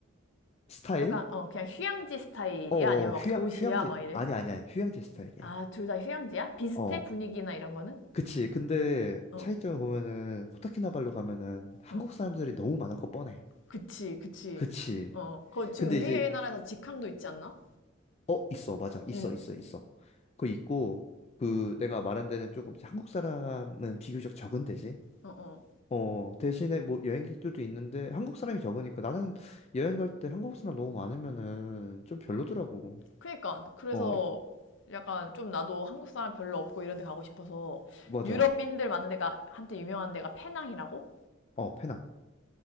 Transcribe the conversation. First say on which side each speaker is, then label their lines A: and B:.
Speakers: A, on the left (about 30°); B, on the left (about 60°).
A: 스타일
B: 약간 어 그냥 휴양지 스타일이야?
A: 어 어,
B: 아니면
A: 어,
B: 막
A: 휴양
B: 도시야?
A: 휴양지
B: 막 이래?
A: 아니 아니야 아니야. 휴양지 스타일이야
B: 아, 둘 다 휴양지야? 비슷해?
A: 어
B: 분위기나 이런 거는?
A: 그치 근데
B: 어,
A: 차이점을 보면은 코타키나발루 가면은 한국
B: 어.
A: 사람들이 너무 많을 거 뻔해
B: 그치, 그치.
A: 그치
B: 어. 그건 지금
A: 근데
B: 우리나라에서
A: 이제
B: 직항도 있지 않나?
A: 어 있어 맞아 있어
B: 응.
A: 있어 있어 그거 있고 그 내가 말한 데는 조금 이제 한국 사람은 비교적 적은 데지
B: 어, 어.
A: 어, 대신에 뭐 여행객들도 있는데 한국 사람이 적으니까 나는 여행 갈 때 한국 사람 너무 많으면은 좀 별로더라고.
B: 그니까. 그래서
A: 어,
B: 약간 좀 나도 한국 사람 별로 없고 이런 데 가고 싶어서
A: 맞아.
B: 유럽인들 많은 데가 한때 유명한 데가 페낭이라고?
A: 어, 페낭.